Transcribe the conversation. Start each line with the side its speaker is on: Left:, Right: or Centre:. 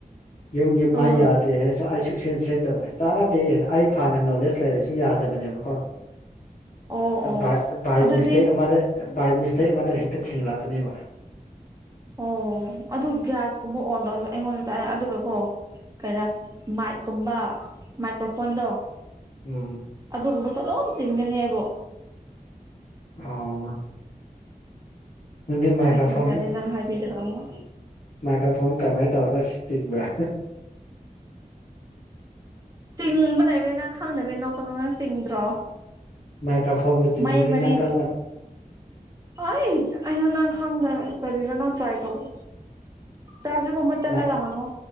Left: ꯌꯨꯝꯒꯤ ꯃꯥꯏ
Right: ꯎꯝ
Left: ꯌꯥꯗ꯭ꯔꯦ ꯍꯥꯏꯔꯁꯨ ꯑꯩ ꯁꯨꯛ ꯁꯦꯝ ꯁꯦꯝꯗꯕꯅꯦ ꯆꯥꯟꯅꯗꯦꯅ ꯑꯩ ꯐꯅ ꯅꯣꯂꯦꯖ ꯂꯩꯔꯁꯨ ꯌꯥꯗꯕꯅꯦꯕꯀꯣ
Right: ꯑꯣ ꯑꯣ
Left: ꯕꯥ ꯕꯥꯏ
Right: ꯑꯗꯨꯗꯤ
Left: ꯃꯤꯁꯇꯦꯛ ꯑꯃꯗ ꯕꯥꯏ ꯃꯤꯁꯇꯦꯛ ꯑꯃꯗ ꯍꯦꯛꯇ ꯊꯦꯡꯂꯛꯀꯅꯦꯕ
Right: ꯑꯣ ꯑꯗꯨ ꯒ꯭ꯌꯥꯁꯀꯨꯝꯕ ꯑꯣꯟ ꯇꯧꯔꯁꯨ ꯑꯩꯉꯣꯟꯗ ꯆꯥꯂ ꯑꯗꯨꯒ ꯀꯣ ꯀꯩꯔꯥ ꯃꯥꯏꯛꯀꯨꯝꯕ ꯃꯥꯏꯀ꯭ꯔꯣꯐꯣꯟꯗꯣ
Left: ꯎꯝ
Right: ꯑꯗꯨꯒꯨꯝꯕꯁꯨ ꯑꯗꯨꯝ ꯆꯤꯡꯒꯅꯤ ꯑꯩꯕꯨ
Left: ꯑꯣ ꯅꯪꯗꯤ ꯃꯥꯏꯀ꯭ꯔꯣꯐꯣꯟ
Right: ꯑꯩ ꯀꯤꯖꯔꯦ ꯅꯪ ꯍꯥꯏꯕꯤꯔꯒ ꯑꯃꯨꯛꯀ
Left: ꯃꯥꯏꯀ꯭ꯔꯣꯐꯣꯟ ꯀꯃꯥꯏꯅ ꯇꯧꯔꯒ ꯆꯤꯡꯕ꯭ꯔꯥ
Right: ꯆꯤꯡꯕ ꯂꯩꯕꯅꯤ ꯅꯪ ꯈꯪꯗꯕꯩꯅꯤ ꯅꯣꯛꯀꯅꯣ ꯅꯪ ꯆꯤꯡꯗ꯭ꯔꯣ
Left: ꯃꯥꯏ ꯀ꯭ꯔꯥ ꯐꯣꯟꯕꯨ ꯆꯤꯡꯕ꯭ꯔꯅꯤ
Right: ꯃꯩ ꯃꯔꯤ
Left: ꯅꯪ ꯀꯔꯝ ꯀꯥꯟꯗ
Right: ꯑꯩ ꯑꯩꯌꯥ ꯅꯪ ꯈꯪꯗꯕꯗ ꯀꯔꯤꯔꯣ ꯅꯪ ꯇ꯭ꯔꯥꯏ ꯇꯧꯑꯣ ꯆꯁ ꯀꯨꯝꯕꯗ ꯆꯜꯂꯒ
Left: ꯃꯥꯏꯛ
Right: ꯍꯪꯉꯣ